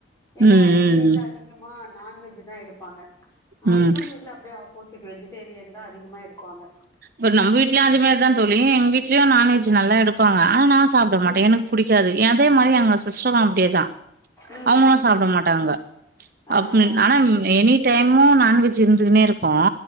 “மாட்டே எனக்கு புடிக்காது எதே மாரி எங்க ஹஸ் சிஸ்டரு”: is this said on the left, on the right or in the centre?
Right